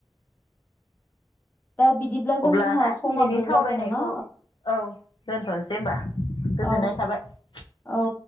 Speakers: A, on the left; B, on the left.
A: दा बिदिब्ला जोंहा
B: अब्लाना
A: समाबो
B: दिनैनि सावरायनायखौ
A: जाबाय नामा
B: औ दोनथ'नोसै होनबा गोजोननाय
A: औ
B: थाबाय
A: औ